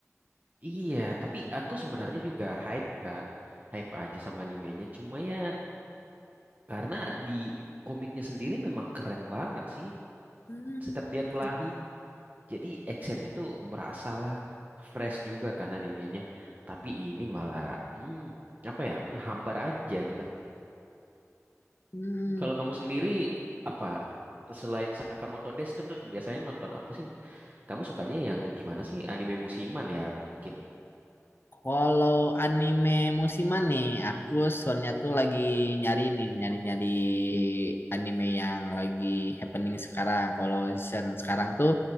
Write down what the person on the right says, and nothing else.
Iya, tapi aku sebenarnya juga hype kan, hype aja sama animenya. Cuma ya karena di komiknya sendiri memang keren banget sih.
Setiap dia kelahi, jadi actionnya tuh berasa lah, fresh juga kan animenya. Tapi ini malah, hmm, apa ya, hambar aja gitu.
Kalau kamu sendiri apa selain Sakamoto Days itu biasanya nonton apa sih? Kamu sukanya yang gimana sih? Anime musiman ya mungkin.